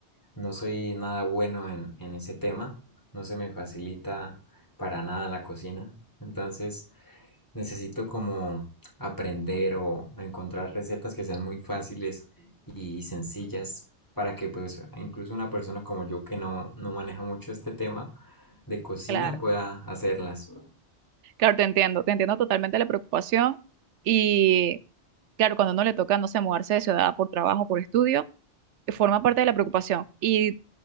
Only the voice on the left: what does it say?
no soy nada bueno en, en ese tema, no se me facilita para nada la cocina, entonces necesito como aprender o encontrar recetas que sean muy fáciles y sencillas para que pues incluso una persona como yo que no, no maneja mucho este tema de cocina
pueda hacerlas.